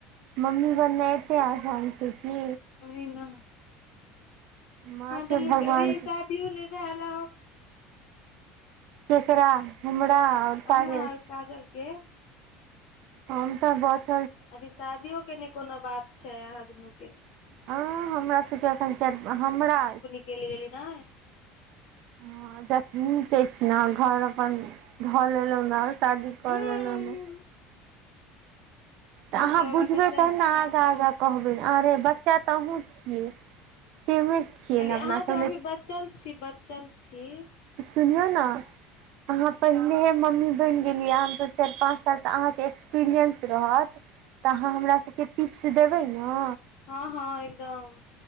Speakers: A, on the right; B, on the left.
A: मम्मी बनने एते आसन छै कि
B: ओही ने
A: माँ के
B: तन
A: भगवान
B: अभी हिसाब
A: के
B: ओ नहिबल।
A: केकरा हमुरा आओर सागज
B: अहाँ और काजल के
A: हमम त बहुत
B: अभी शादि यो के नहि कोनो बात छै यहाँ दुनू के
A: हँ हमरा सभके एखन चारि हमरा
B: गेलली गेली न
A: हैं जख ने अछि ने घर अपन लऽ लऽ ने आ शादी कर
B: उंम्म
A: लऽ लऽ ने तऽ अहाँ
B: सब
A: बुझबै
B: अभी बचल
A: तहन
B: छी
A: ने आग कहबै अरे बच्चा तऽ अहुँ छियै मे छियै
B: कहलियै
A: ने अपना
B: अहाँ
A: सभ
B: सब अभी बचल छी बचल छै
A: सुनियौ ने अहाँ पर। हमे मम्मी बनि गेलियै हमसभ चारि पाँच साल अहाँकेँ एक्सपीरियंस रहत तऽ अहाँ हमरासके टिप्स देबै न
B: ह ह एकदम।